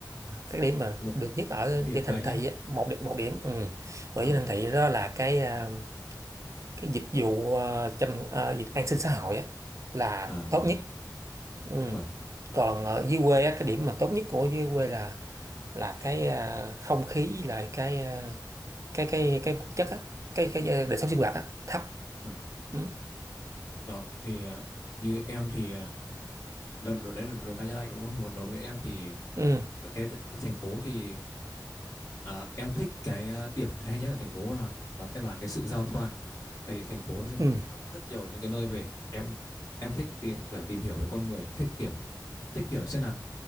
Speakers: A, on the right; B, on the left.
A: cái điểm mà
B: Một
A: được nhất ở
B: một điểm
A: trên
B: thôi
A: thành
B: anh nhá.
A: thị á, một điểm một điểm ừ. ở
B: Ờ,
A: trên thành thị đó là cái ờ, cái dịch vụ ờ, chăm ờ, dịch an sinh xã hội á là
B: à
A: tốt
B: và
A: nhất ừ.
B: vâng,
A: còn ở dưới quê á cái điểm mà tốt nhất của dưới quê là là cái ờ, không khí với lại cái ờ, cái cái cái vật chất á cái cái ờ, đời sống sinh hoạt á thấp
B: vâng.
A: ừ.
B: Đó thì ờ, như em thì ờ, đó, đó- đấy là đối cá nhân anh đúng không? Còn đối với em thì
A: Ừ.
B: ờ, cái thành phố thì À, em thích cái ờ, điểm hay nhất ở thành phố là là cái là cái sự giao thoa. Tại vì thành phố nó sẽ
A: Ừ.
B: tập trung rất nhiều những cái nơi về. Em em thích tìm, tìm hiểu về con người, thích kiểu thích kiểu xem là